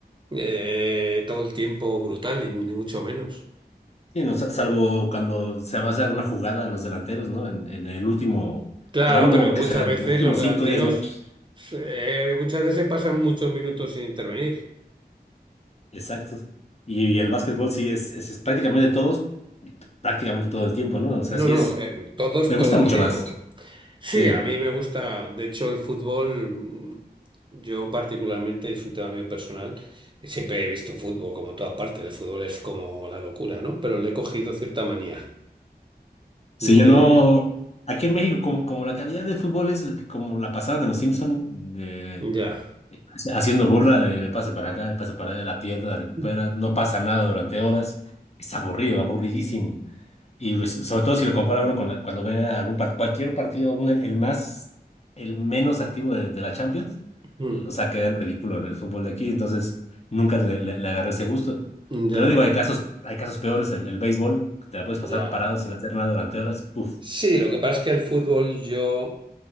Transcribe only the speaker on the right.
eh, todo el tiempo brutal, ni, ni mucho menos.
Claro,
pero muchas
veces
los delanteros,
eh, muchas veces pasan muchos minutos sin intervenir.
No,
no,
eh, todos
todo
el tiempo.
Sí,
a mí me gusta, de hecho el fútbol, mm, yo particularmente, es un tema mío personal, siempre he visto fútbol como toda parte, el fútbol es como la locura, ¿no? Pero le he cogido cierta manía.
No me...
Ya.
Mm,
Ya,
ya,
ya.
Sí, lo que pasa es que el fútbol yo...